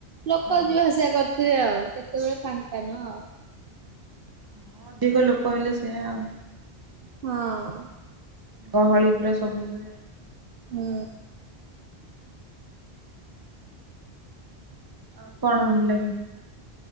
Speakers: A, on the right; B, on the right.
A: ଲୋକ
B: ହଁ।
A: ଯିବା ଆସିବା କରିଥିବେ ଆଉ କେତେବେଳେ ଫାଙ୍କା ନୁହଁ ଆଉ।
B: ହଁ ଅଧିକ ଲୋକ ହେଲେ ସେୟା ଆଉ।
A: ହଁ।
B: ଗହଳି ପୁରା ସବୁବେଳେ ଆଉ।
A: ମୁଁ।
B: ଆଉ କଣ ଭଲ୍ ଲାଗେ?